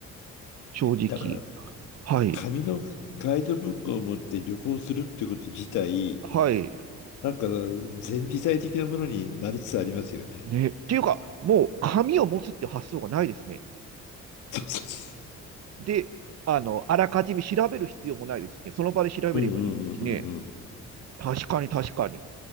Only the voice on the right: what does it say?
正直。
はい。
はい。
ね。っていうか、もう紙を持つって発想がないですね。
で、あの、あらかじめ調べる必要もないですね。その場で調べればいいですしね。
確かに確かに。